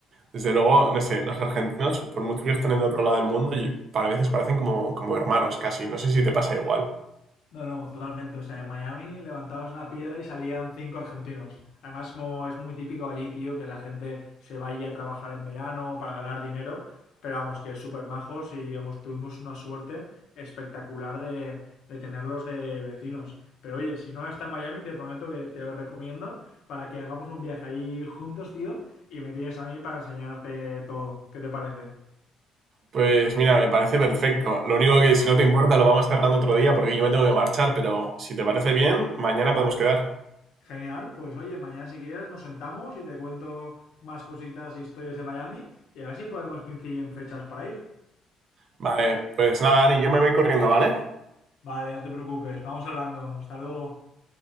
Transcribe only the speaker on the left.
No, no, totalmente. O sea, en Miami levantabas una piedra y salían cinco argentinos. Además, como es muy típico allí, tío, que la gente se vaya a trabajar en verano para ganar dinero. Pero vamos, que súper majos y vamos, tuvimos una suerte espectacular de, de tenerlos de vecinos. Pero oye, si no está en Miami, te prometo que te lo recomiendo para que hagamos un viaje allí juntos, tío, y me tienes a mí para enseñarte todo. ¿Qué te parece?
Genial, pues oye, mañana si quieres nos sentamos y te cuento más cositas e historias de Miami y a ver si podemos coincidir en fechas para ir.
Vale, no te preocupes, vamos hablando. Hasta luego.